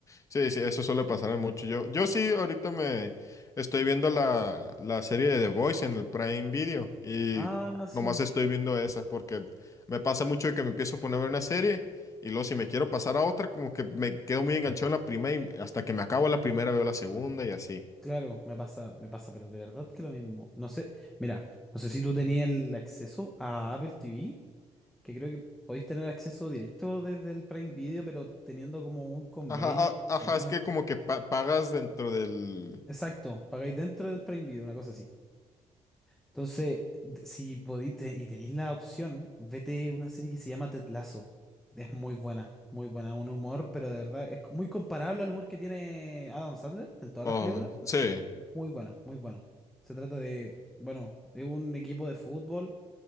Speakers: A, on the left; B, in the centre.
A: Sí, sí, eso suele pasarme mucho. Yo, yo sí, ahorita me estoy viendo la, la serie de The Voice en el Prime Video y
B: Ah, sí.
A: nomás estoy viendo esa porque me pasa mucho de que me empiezo a poner una serie y luego si me quiero pasar a otra, como que me quedo muy enganchado en la primera y hasta que me acabo la primera veo la segunda y así.
B: Claro, me pasa, me pasa, pero de verdad que lo mismo. No sé, mira, no sé si tú tenías el acceso a Apple TV. que creo que podéis tener acceso directo desde el Prime Video, pero teniendo como un convenio,
A: Ajá, a-
B: no
A: ajá,
B: sé cómo
A: es que
B: es.
A: como que pa- pagas dentro del...
B: Exacto, pagáis dentro del Prime Video, una cosa así. Entonces, d- si podéis te- y tenéis la opción, vete una serie que se llama Ted Lasso. Es muy buena, muy buena, un humor, pero de verdad es co- muy comparable al humor que tiene Adam Sandler en todas
A: Oh,
B: las películas.
A: sí.
B: Muy bueno, muy bueno. Se trata de, bueno, de un equipo de fútbol